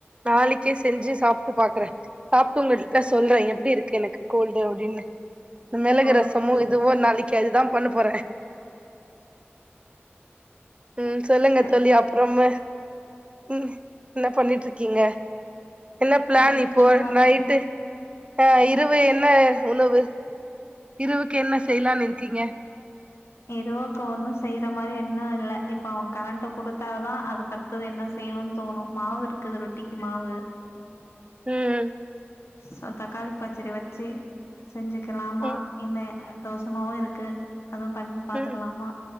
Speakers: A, on the right; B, on the left.
A: நாளைக்கே செஞ்சு சாப்டு பாக்குறேன் சாப்டு உங்க கிட்ட சொல்றேன் எப்டி இருக்கு எனக்கு கோல்டு அப்டின்னு இந்த மிளகு
B: ஓகே
A: ரசமு இதுவும் நாளைக்கு அதுதான் பண்ண போறேன் ம் சொல்லுங்க
B: சரி
A: தோழி அப்புறமா ஹம் என பண்ணிட்டு இருக்கீங்க என்ன பிளான்
B: இதோ
A: இப்போ
B: சும்மாதா
A: நைட்டு ஆஹ் இரவு என்ன உணவு இருவுக்கு என்ன செய்யலான்னு இருக்கீங்க
B: இருவுக்கு ஒன்னும் செய்றா மாரி இன்னும் இல இப்ப அவன் கரண்ட்டு குடுத்தா தான் அதுக்கு தது என்ன செய்யணும்னு தோணும் மாவு இருக்குது ரொட்டிக்கு மாவு
A: ம் ம்
B: சோ தக்காளி பச்சரி வச்சு செஞ்சுக்கலாமா
A: ம்
B: இல்ல தோசமாவு இருக்கு அதுவு பண் பாத்துக்கலாமா
A: ம்